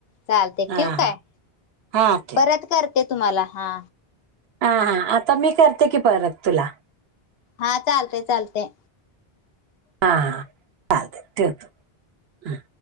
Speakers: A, on the left; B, on the right.
A: चालते
B: हा
A: ठेऊ
B: हा
A: काय
B: हा ठेव
A: परत करते तुम्हाला हा
B: हा हा आता मी करते की परत तुला
A: हा चालते चालतंय.
B: हा चालेल ठेवते हम्म